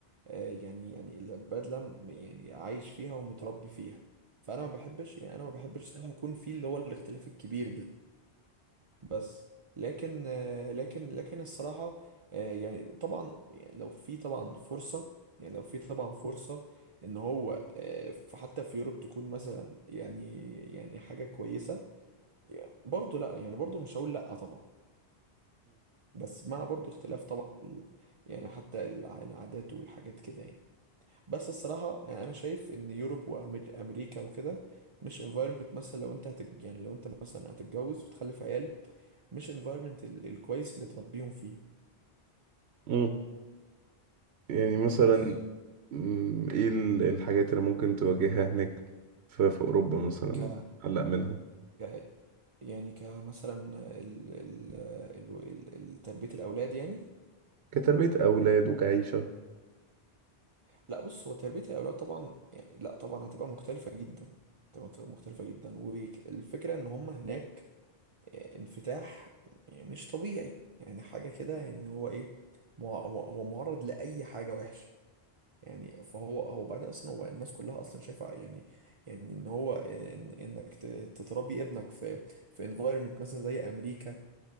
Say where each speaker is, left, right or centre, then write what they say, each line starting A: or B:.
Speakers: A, on the right (about 40°); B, on the right (about 80°).
A: آه، يعني يعني البلد اللي أنا م- يعني عايش فيها ومتربي فيها فانا ما بحبش يعني انا ما بحبش الصراحه يكون في اللي هو الاختلاف الكبير ده بس لكن آه، لكن لكن الصراحة آه، يعني طبعا يعني لو في طبعا فرصة يعني لو في طبعا فرصة ان هو آه، ف- حتى في يوروب تكون مثلا يعني يعني حاجة كويسة يعني برضو لا يعني برضو مش هقول لا طبعا بس مع برضو اختلاف طبعا ال يعني حتى الع- العادات والحاجات كده يعني بس الصراحة يعني انا شايف ان يوروب وامريكا وكده مش environment مثلا لو انت هتج يعني لو انت مثلا هتتجوز وتخلف عيال مش environment ال- الكويس اللي تربيهم فيه
B: امم يعني
A: مم،
B: مثلا
A: بس
B: مم، ايه ال- الحاجات اللي ممكن تواجهها هناك في, في اوروبا مثلا
A: ك
B: قلق منها
A: ك- يعني كمثلا ال... ال... ال... ال... ال- تربية الأولاد يعني
B: كتربية اولاد وكعيشة
A: لا بص هو تربية الأولاد طبعا يعني لا طبعا هتبقى مختلفة جدا هتبقى مختلفة جدا والفكرة إن هم هناك آه، انفتاح يعني مش طبيعي يعني حاجة كده إن هو إيه مع... هو هو معرض لأي حاجة وحشة يعني فهو هو بعدين اصلا هو الناس كلها اصلا شايفه يعني يعني ان هو إن انك ت- تتربي ابنك في في انفايرمنت مثلا زي امريكا